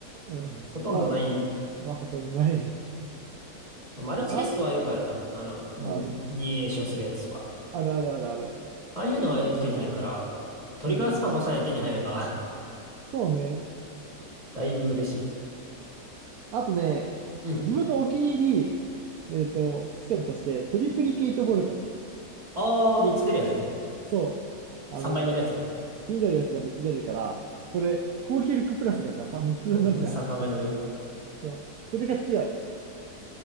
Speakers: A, on the right; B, on the right.
A: うん。
B: ほとんどない。
A: まあ、まあほとんどない。
B: マルチキャストはよくあるじゃん。
A: あ、
B: あの、う二詠唱するやつとか。
A: まあ、あるあるあるある。
B: ああいうのはよく手に入るから、トリガースパボさえ手に入れば
A: うん。そうね。
B: <laughs> だいぶ嬉しい。
A: あとね、
B: うん。
A: 自分のお気に入り、えっと、スペルとして、トリプリケイトボルト。
B: ああ、三つ出るやつね。
A: そう。
B: 三倍乗るやつね。
A: あの、気になるやつが3つ出るから、これ、高級力プラスがさ、3、みっつ分乗るじゃん。
B: うんさ、3倍乗るよ。
A: そう。それが強い。